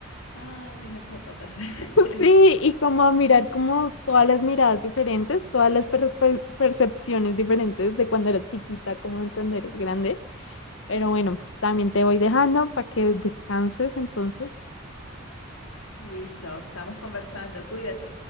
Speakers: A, on the left (about 85°); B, on the left (about 60°).
A: ay, en las épocas. <laughs>
B: Sí, y como a mirar como todas las miradas diferentes, todas las per- per- percepciones diferentes de cuando eras chiquita, como de cuando eres grande. Pero bueno, también te voy dejando para que descanses entonces.
A: Listo, estamos conversando, cuídate.